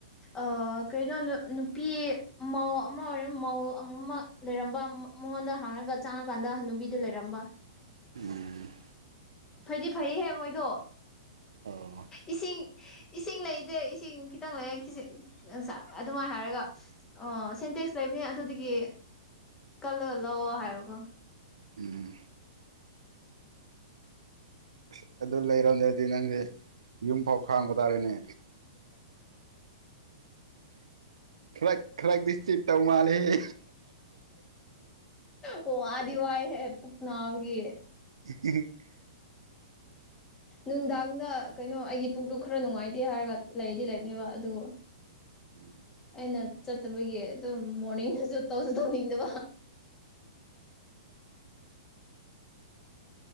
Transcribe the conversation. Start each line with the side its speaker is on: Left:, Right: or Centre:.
Left: ꯑꯥ ꯀꯩꯅꯣ ꯅꯨꯄꯤ ꯃꯧ ꯑꯃ ꯑꯣꯏꯔ ꯃꯧ ꯑꯃ ꯂꯩꯔꯝꯕ ꯃꯉꯣꯟꯗ ꯍꯔꯉꯒ ꯆꯪꯉꯀꯥꯟꯗ ꯍꯥꯅꯨꯕꯤꯗꯨ ꯂꯩꯔꯝꯕ
Right: ꯎꯝ
Left: ꯐꯩꯗꯤ ꯐꯩꯌꯦꯍꯦ ꯃꯣꯏꯗꯣ꯫
Right: ꯑꯣ
Left: ꯏꯁꯤꯡ ꯏꯁꯤꯡ ꯂꯩ ꯇꯦ ꯏꯁꯤꯡ ꯈꯤꯇꯪ ꯂꯩꯌꯦ ꯈꯤꯖꯦ ꯑꯗꯨꯃꯥꯏꯅ ꯍꯥꯏꯔꯒ ꯑꯣ ꯁꯦꯟꯇꯦꯛꯁ ꯂꯩꯕꯅꯦ ꯑꯗꯨꯗꯒꯤ ꯀꯜꯂꯒ ꯂꯧꯑꯣ ꯍꯥꯏꯕꯀꯣ꯫
Right: ꯎꯝ ꯑꯁ ꯑꯗꯨ ꯂꯩꯔꯝꯗꯔ ꯅꯪꯁꯦ ꯌꯨꯝ ꯐꯥꯎ ꯈꯥꯡꯕ ꯇꯥꯔꯦꯅꯦ ꯈꯥꯔꯛ ꯈꯥꯔꯛꯇꯤ ꯆꯤꯠꯇꯧ ꯃꯥꯂꯦꯍꯦ꯫
Left: ꯑꯣ ꯋꯥꯗꯤ ꯋꯥꯏꯍꯦ ꯄꯨꯛ ꯅꯥꯕꯒꯤ꯫
Right: <inaudible>
Left: ꯅꯨꯡꯗꯥꯡꯗ ꯀꯩꯅꯣ ꯑꯩꯒꯤ ꯄꯨꯨꯛꯗꯨꯨ ꯈꯔ ꯅꯨꯡꯉꯥꯏꯇꯦ ꯍꯥꯏꯔꯒ ꯂꯩꯗꯤ ꯂꯩꯕꯅꯦꯕ ꯑꯗꯨꯕꯨ
Right: ꯎꯝ
Left: ꯑꯩꯅ ꯆꯠꯇꯕꯒꯤ ꯑꯗꯨꯝ ꯃꯣꯔꯅꯤꯡꯗꯁꯨ ꯇꯧꯁꯨ ꯇꯧꯅꯤꯡꯗꯕ꯫